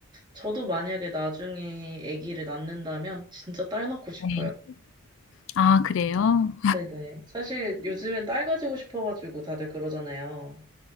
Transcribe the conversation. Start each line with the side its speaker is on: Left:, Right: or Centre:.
Right: 저도 만약에 나중에 아기를 낳는다면 진짜 딸 낳고 싶어요.
Left: 네. 아, 그래요?
Right: 네네. 사실 요즘엔 딸 가지고 싶어가지고 다들 그러잖아요.